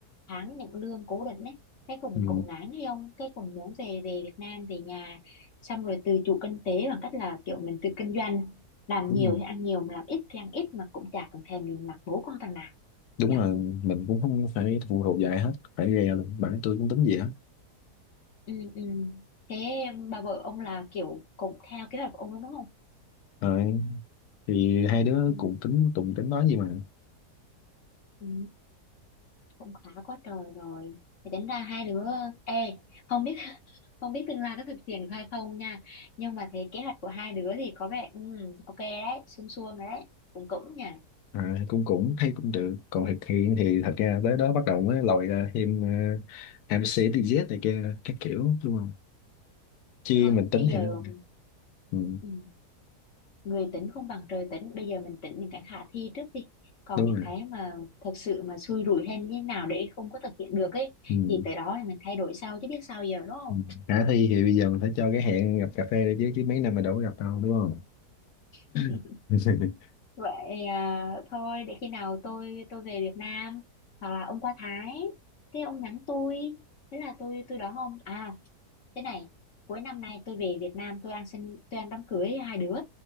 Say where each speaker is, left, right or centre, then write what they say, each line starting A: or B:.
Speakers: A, on the left; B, on the left.
A: tháng nhận lương cố định ấy cái cùng
B: ừ,
A: cùng ngán hay không cái cùng muốn về về Việt Nam về nhà xong rồi tự chủ kinh tế bằng cách là kiểu mình tự kinh doanh làm
B: đúng
A: nhiều
B: rồi.
A: thì ăn nhiều mà làm ít thì ăn ít mà cũng chả cần thèm nhìn mặt bố con thằng nào
B: đúng
A: nhỉ
B: là mình cũng không phải phụ thuộc vào ai hết phải ghe luôn bản tôi cũng tính gì hết
A: ừ, ừ. thế bà vợ ông là kiểu cũng theo kế hoạch của ông luôn đúng không
B: rồi thì hai đứa
A: ừ,
B: cùng tính cùng tính nói gì mà
A: ừ. cũng khá quá trời rồi thì tính ra hai đứa ê không biết <laughs> không biết tương lai có thực hiện được hay không nha nhưng mà thấy kế hoạch của hai đứa thì có vẻ ừ, ok đấy suông suông rồi đấy cũng cũng nha
B: À, cũng cũng thấy cũng được còn thực hiện thì thật ra tới đó bắt đầu mới lòi ra thêm uh, MC DZ này kia các kiểu đúng không chứ
A: thôi
B: mình tính
A: bây giờ
B: thì nó ừ,
A: ừ, người tính không bằng trời tính bây giờ mình tính những cái khả thi trước đi còn
B: đúng
A: những
B: rồi
A: cái mà thật sự mà xui rủi hay như thế nào để không có thực hiện được ấy
B: ừ.
A: thì tới đó thì mình thay đổi sau chứ biết sao giờ đúng không
B: ừ. Khả thi thì bây giờ mình phải cho cái hẹn gặp cà phê đi chứ chứ mấy năm mà đâu có gặp đâu đúng không
A: ừ.
B: <laughs>
A: vậy à, thôi để khi nào tôi tôi về Việt Nam hoặc là ông qua Thái thế ông nhắn tôi thế là tôi tôi đón ông à thế này cuối năm nay tôi về Việt Nam tôi ăn sinh tôi ăn đám cưới hai đứa